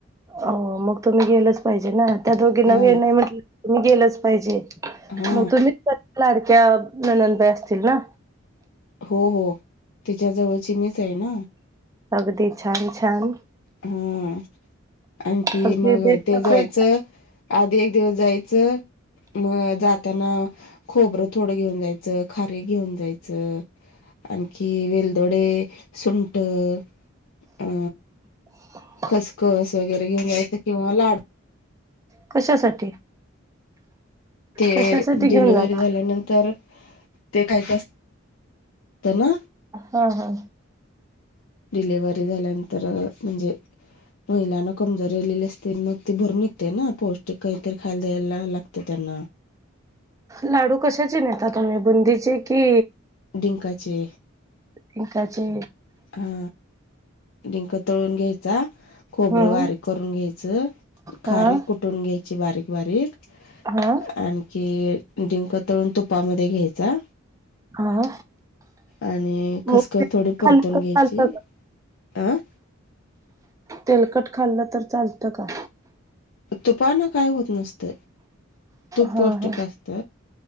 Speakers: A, on the right (about 15°); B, on the left (about 80°).
A: अ मग तुम्ही गेलंच पाहिजे ना त्या दोघी नवी
B: हा
A: नाही म्हटलं तुम्ही गेलंच पाहिजे.
B: हा
A: मग तुम्हीच लाडक्या ननंदबाई असतील ना.
B: हो हो तिच्या जवळची मीच आहे ना.
A: अगदी छान छान.
B: हम्म आणखी
A: अगदी
B: मग
A: बेस्ट
B: ते
A: आपलं
B: जायचं आधी एक दिवस जायचं अ जाताना खोबरं थोडं घेऊन जायचं खारी घेऊन जायचं आणखी वेलदोडे सुंट अ
A: <unintelligible>
B: खसखस वगैरे घेऊन जायचं किंवा लाड
A: कशासाठी
B: ते
A: कशासाठी घेऊन
B: डिलिव्हरी
A: जाणार
B: झाल्यानंतर ते काही कात ना
A: हा हा.
B: डिलेवरी झाल्यानंतर म्हणजे महिलांना कमजोरी रालेली असते मग ती भरून निघते ना पौष्टिक काहीतरी खायला द्यायला लागते त्यांना.
A: लाडू कशाचे नेता तुम्ही बुंदीचे कि
B: डिंकाचे
A: इंकाचे
B: हा. लिंक तळून घ्यायचा खोबरं
A: हम्म
B: बारीक करून घ्यायचं. खारीक
A: हा
B: कुठून घ्यायची बारीक बारीक
A: हा
B: आणखी िंक तळून तुपामध्ये घ्यायचा
A: हा.
B: आणि
A: मग
B: खसखस
A: ते
B: थोडी परतून
A: खाल्लं तर
B: घ्यायची
A: चालतं का?
B: अं
A: तेलकट खाल्लं तर चालतं का
B: तुपानं काय होत नसत तूप
A: हा
B: पौष्टिक
A: हा
B: असत